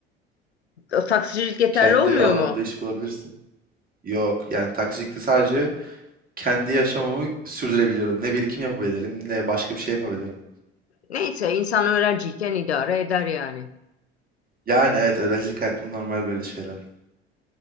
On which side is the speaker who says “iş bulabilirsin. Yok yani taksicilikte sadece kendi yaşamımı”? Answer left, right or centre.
Right